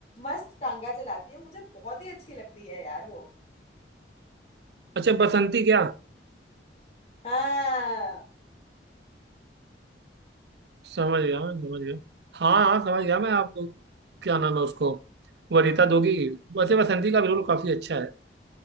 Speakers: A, on the left (about 35°); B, on the right (about 65°).
A: मस्त टांगा चलाती है मुझे बहुत ही अच्छी लगती है यार वो
B: अच्छा बसंती क्या
A: हाँ
B: समझ गया मैं समझ गया हाँ हाँ समझ गया मैं आप क्या नाम है उसको वरीता दोगी वैसे बसंती का भी रोल काफी अच्छा है